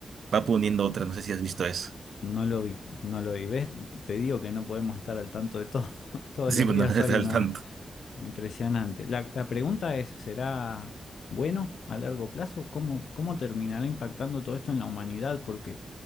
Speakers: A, on the right; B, on the left.
A: va poniendo otra, no sé si has visto eso,
B: No lo vi, no lo vi. ¿Ves? Te digo que no podemos estar al tanto de todo. <laughs>
A: <laughs>
B: Todos
A: sí,
B: los
A: bueno,
B: días
A: no estás
B: hay una
A: al tanto.
B: impresionante. La, la pregunta es, ¿será bueno a largo plazo? ¿Cómo, cómo terminará impactando todo esto en la humanidad? Porque